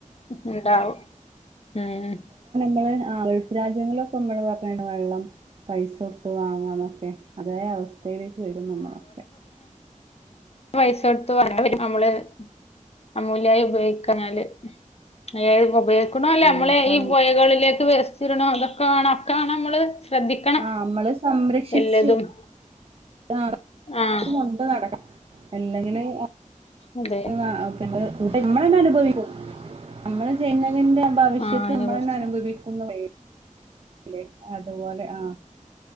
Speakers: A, on the left; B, on the right.
A: ഇണ്ടാവും മ്
B: നമ്മൾ ഗൾഫ് രാജ്യങ്ങളോക്കെ നമ്മള് പറഞ്ഞ വെള്ളം പൈസ കൊടുത്ത് വാങ്ങാന്നൊക്കെ അതേ അവസ്ഥ യിലേക്ക് വരുന്നമ്മളൊക്കെ
A: പയ്സൊടുതു <unintelligible> നമ്മള് അമൂല്ലിയായി ഉപയോഗിക്കാഞ്ഞാല് അതായത് ഉപയോഗിക്കണ അല്ലേ
B: ആ
A: നമ്മള
B: സം
A: ഈ പുഴകളിലേ വേസ്റ്റിട്ട്ണ് അതൊക്കാണോ ഒക്കാണം നമ്മള് ശ്രദ്ധിക്കണം
B: ആ നമ്മള് സംരക്ഷിച്ച്
A: എല്ലതും
B: <unintelligible>
A: ആഹ്
B: കൊണ്ട് നടക്കണം അല്ലെങ്കിൽ <unintelligible>
A: അതെ
B: പിന്നെ കൂട്ട നമ്മളന്നെ അനുഭവിക്കും നമ്മള് ചെയ്ന്നെ തിന്റെ ഭവിഷ്യത്ത്
A: ആഹ് അയിനെ
B: നമ്മളന്നെ
A: കുറിച്ച്
B: അനുഭവിക്കും ന്ന് പറയും ല്ലേ അതുപോലെ ആ